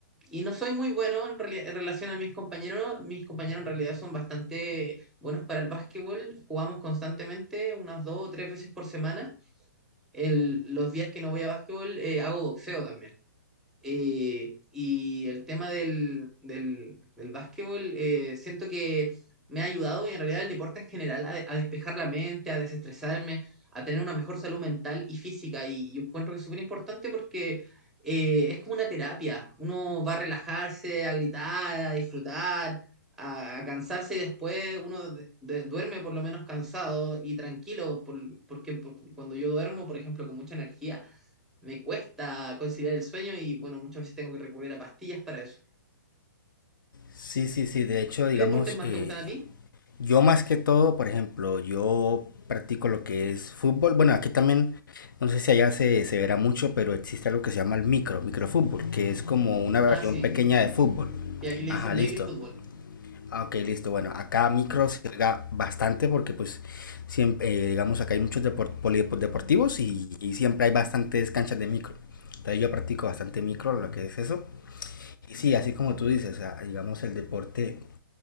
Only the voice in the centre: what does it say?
y no soy muy bueno en, reali- en relación a mis compañeros. Mis compañeros en realidad son bastante buenos para el básquetbol. Jugamos constantemente unas dos o tres veces por semana. El- los días que no voy a básquetbol eh, hago boxeo también. Eh, y el tema del, del, del básquetbol, eh, siento que me ha ayudado y en realidad el deporte en general a, de- a despejar la mente, a desestresarme, a tener una mejor salud mental y física. Y yo encuentro que es súper importante porque eh, es como una terapia. Uno va a relajarse, a gritar, a disfrutar, a, a cansarse y después uno de- de- duerme por lo menos cansado y tranquilo, por- porque por- cuando yo duermo, por ejemplo, con mucha energía me cuesta conciliar el sueño y bueno, muchas veces tengo que recurrir a pastillas para eso.
¿Qué deportes más
te gustan a ti?
Ah, sí.
Y aquí le
dicen
baby fútbol.